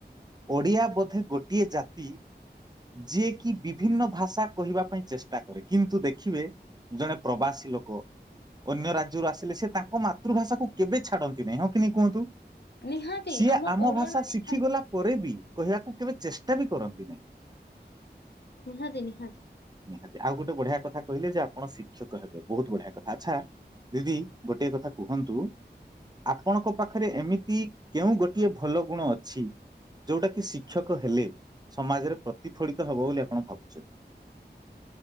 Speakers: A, on the right (about 25°); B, on the left (about 70°).
A: ଓଡିଆ ବୋଧେ ଗୋଟିଏ ଜାତି ଯିଏକ ବିଭିନ୍ନ ଭାଷା କହିବା ପାଇଁ ଚେଷ୍ଟା କରେ କିନ୍ତୁ ଦେଖିବେ ଜଣେ ପ୍ରବାସୀ ଲୋକ ଅନ୍ୟ ରାଜ୍ୟରୁ ଆସିଲେ ସେ ତାଙ୍କ ମାତୃଭାଷାକୁ। କେବେ ଛାଡନ୍ତି ନାାଇଁ ହଁ କି ନହିଁ କୁହନ୍ତୁ।
B: ନିହାତି
A: ସିଏ ଆମ
B: ଓଡିଆ
A: ଭାଷା
B: ମାନେ
A: ଶିଖିଗଲା ପରେ ବି। କହିବାକୁ କେବେ ଚେଷ୍ଟା ବି କରନ୍ତି ନାହିଁ।
B: ନିହାତି ନିହାତି
A: ନିହାତି ଆଉ ଗୋଟେ ବଢିଆ କଥା କହେ ଯେ ଆପଣ ଶିକ୍ଷକ ହେବେ ବହୁତ ବଢିଆ। ଆଛା ଦିଦି ଗୋଟିଏ କଥା କୁହନ୍ତୁ। ଆପଣଙ୍କ ପାଖରେ ଏମିତି କେଉଁ ଗୋଟିଏ ଭଲ ଗୁଣ ଅଛି ଯୋଉଟା କିି ଶିକ୍ଷକ ହେଲେ ସମାଜରେ ପ୍ରତିଫଳିତ ହବ ବୋଲି ଆପଣ ଭାବୁଛନ୍ତି।